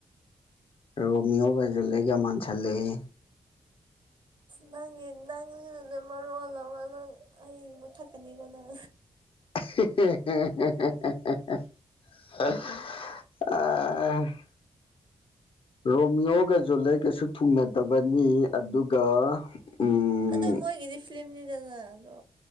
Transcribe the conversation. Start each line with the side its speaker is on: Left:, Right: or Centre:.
Left: ꯔꯣꯃꯤꯌꯣꯒ ꯖꯨꯂꯦꯠꯒ ꯃꯥꯟꯁꯤꯜꯂꯦꯍꯦ
Right: ꯅꯪꯒꯤ ꯅꯪꯁꯤꯅꯅꯦ ꯃꯔꯣꯜ ꯑꯃ ꯅꯪ ꯑꯩ ꯃꯨꯠꯊꯠꯀꯅꯤꯀꯣ ꯅꯪ
Left: <unintelligible> ꯔꯣꯃꯤꯌꯣꯒ ꯖꯨꯂꯦꯠꯀꯁꯨ ꯊꯨꯡꯅꯗꯕꯅꯤ ꯑꯗꯨꯒ ꯎꯝ
Right: ꯑꯗꯨ ꯃꯣꯏꯒꯤꯗꯤ ꯐꯤꯂꯝꯅꯤꯗꯅ ꯑꯗꯣ